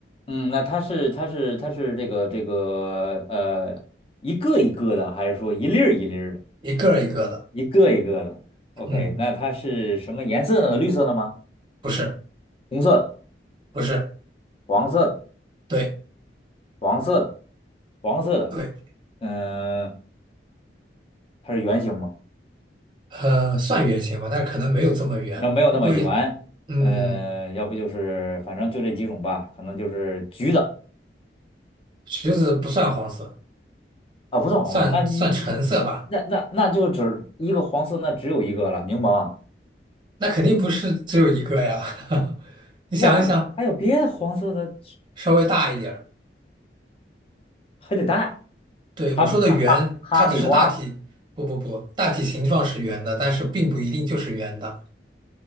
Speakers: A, on the left; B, on the right.
A: 嗯，那它是它是它是这个这个呃一个一个的，还是说一粒儿一粒儿的，
B: 一个儿一个的。
A: 一个一个的？OK，
B: 嗯，
A: 那它是什么颜色呢？绿色的吗？
B: 不是，
A: 红色的、
B: 不是，
A: 黄色的、
B: 对
A: 黄色的、黄色的。
B: 对，
A: 嗯、它是圆形吗？
B: 呃，算圆形吧，但是可能没有这么圆。
A: 那没有那么圆。
B: 不过也，嗯，
A: 呃，要不就是反正就这几种吧，可能就是橘子
B: 橘子不算黄色，
A: 啊，不算黄啊。
B: 算算橙色吧。
A: 那你你那那那就只一个黄色，那只有一个了，柠檬啊。
B: 那肯定不是只有一个呀，<laughs> 你想一想，
A: 哇，还有别的黄色的？
B: 稍微大一点儿。
A: 还得带
B: 对，我说的圆，
A: 哈密哈哈哈密瓜
B: 它只是大体，不不不，大体形状是圆的，但是并不一定就是圆的，